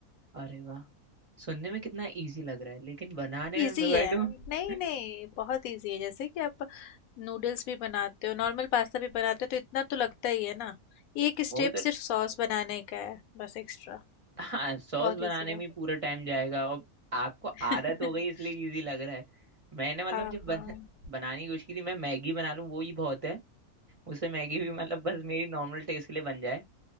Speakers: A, on the right (about 35°); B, on the left (about 75°).
A: अरे वाह सुनने में कितना इजी लग रहा है लेकिन बनाने
B: इजी
A: में मैं बैठूं
B: है नहीं
A: <laughs>
B: नहीं बहुत इजी है जैसे कि आप नूडल्स भी बनाते हो नॉर्मल पास्ता भी बनाते हो तो इतना तो लगता ही है ना एक
A: वो
B: स्टेप
A: तो
B: सिर्फ सॉस बनाने का है बस एक्स्ट्रा
A: हाँ सॉस
B: बहुत
A: बनाने
B: इजी है
A: में पूरा टाइम जाएगा और आपको आदत
B: <laughs>
A: हो गई इसलिए इजी लग रहा है मैंने मतलब
B: हाँ
A: जब बन,
B: हाँ
A: बनाने की कोशिश की थी मैं मैगी बना लूँ वो ही बहुत है उससे मैगी भी मतलब बस मेरी नॉर्मल टेस्ट के लिए बन जाए